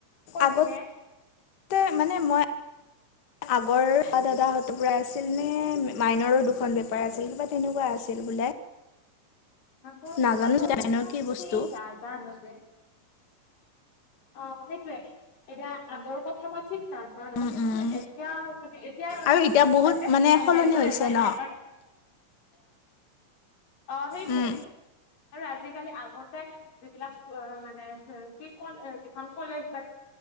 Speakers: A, on the left; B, on the left.
A: কৈ
B: আগতে
A: দিমে
B: মানে মই আগৰ দাদাহঁতৰ পৰাই আছিল নে, মাইনৰো দুখন পেপাৰ আছিল, কিবা তেনেকুৱা আছিল বোলে
A: আগৰ,
B: নাজানো
A: আগৰ
B: মাইনৰ
A: কথাছে
B: কি বস্তু
A: এই নাজানো দে। অঁ সেইটোয়ে, এতিয়া আগৰ কথা মই ঠিক নাজানো,
B: উম
A: কিন্তু
B: উম
A: এতিয়া মাৱে এতিয়াৰ
B: আৰু এতিয়া
A: হিচাপে
B: বহুত মানে সলনি
A: মেজৰ
B: হৈছে
A: এটাই,
B: ন।
A: মাইনৰ এট। অঁ সেইটোয়ে,
B: উম।
A: আৰু আজিকালি আগতে যিবিলাক মানে কি ক, যিখন কলেজ, বা